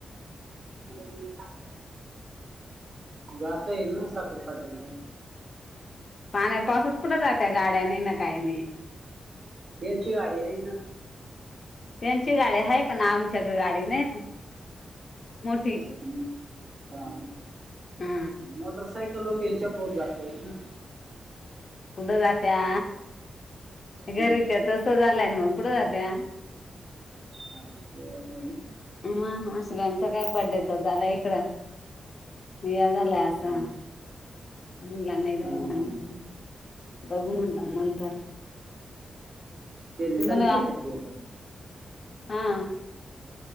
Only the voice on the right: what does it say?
हा हा. जात येल ना साखुर फाट्याला मग.
यांची गाडी आहे ना.
तुमच्याकडं नई, हा.
मोटारसायकल <unintelligible> त्यांच्या पोत जाता येईल ना.
हा,
हा, ते हाइ.
हा,
हा.
तिले
सांगितले का चिवीला?